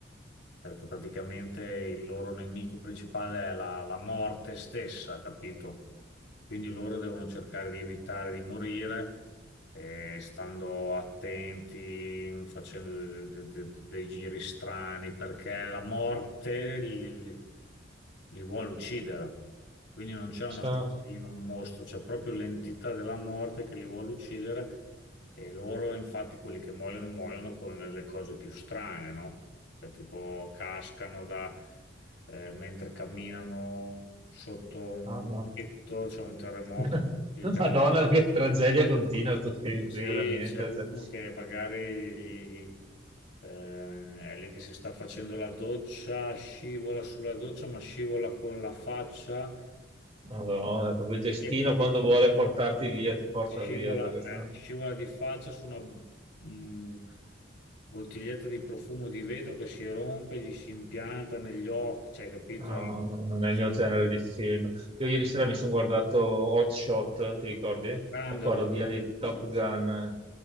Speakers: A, on the left (about 75°); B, on the right (about 30°).
A: perché praticamente il loro nemico principale è la, la morte stessa, capito? Quindi loro devono cercare di evitare di morire, eh, stando attenti, facendo de- de- de- dei giri strani, perché la morte li, li li vuole uccidere. Quindi non c'è un
B: sa-
A: assassino, un mostro, c'è proprio l'entità della morte che li vuole uccidere e loro, infatti, quelli che muoiono, muoiono con le cose più strane, no? Cioè, tipo, cascano da, eh, mentre camminano sotto un
B: ah, no.
A: tetto, c'è un terremoto.
B: <laughs>
A: gli cade-
B: Madonna, che tragedia continua questo film
A: Sì,
B: qui, veramente.
A: c'è uno
B: cioè,
A: che magari gli- gli- eh, è lì che si sta facendo la doccia, scivola sulla doccia, ma scivola con la faccia,
B: Madonna, proprio il destino
A: una
B: quando vuole portarti via, ti porta
A: Scivola,
B: via. cioè, questo.
A: eh, scivola di faccia su una mm, bottiglietta di profumo di vetro che si rompe, gli si impianta negli occhi, cioè, capito?
B: No,
A: Eh, tutto
B: no, non è il
A: s-
B: mio genere di film. Io ieri sera mi sono guardato Hot Shot, ti ricordi?
A: grande
B: La parodia
A: Osborne.
B: di
A: Sì,
B: Top Gun.
A: sì,